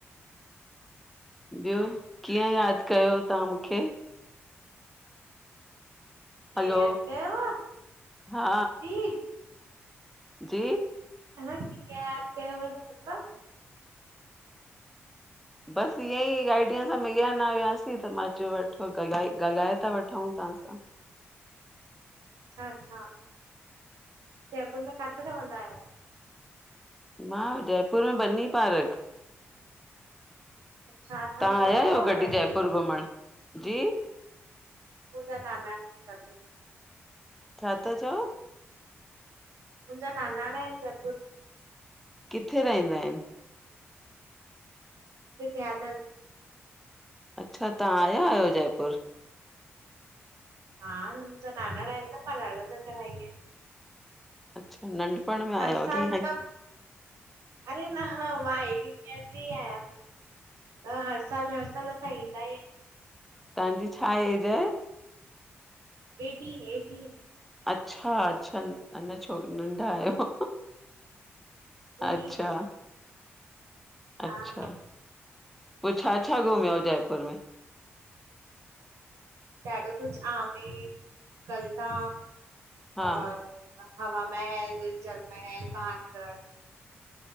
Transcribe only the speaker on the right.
कीअं
यादि कयव
जी
ह न कीयं याद कयो हुनजो मतिलबु
अच्छा अच्छा जयपुर में काथे रहंदा आहियो
अच्छा असां
ने ॻाल्हायो
आहे
पहिरियों
बि
मुंजा नानाण एन जयपुर
मुंहिंजा ननाणा आहिनि जयपुर में
विध्यादल
हा मुंजा नानाड़ा एन डाढ़ा दफा आयी अयां
हर साल
मतिलब
अरे न ह मांटस ई आहियां त हर साल हर साल असां ईंदा ईयूं
एटीन एटीन
जी
हा हा
ॾादाो कुझ आमेर गलता
और हवा महल जलमहल बहानगढ